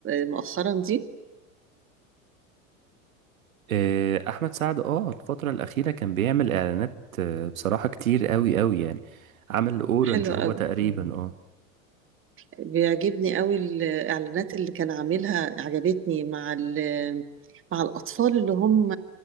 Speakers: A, on the right; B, on the right.
A: مؤخرا دي
B: آه، احمد سعد اه الفترة الأخيرة كان بيعمل اعلانات آه، بصراحة كتير قوي قوي يعني عمل اورنج
A: حلوة
B: هو
A: قوي
B: تقريبا
A: مم.
B: اه
A: بيعجبني قوي الإعلانات اللي كان عاملها عجبتني مع ال... مع الأطفال اللي هم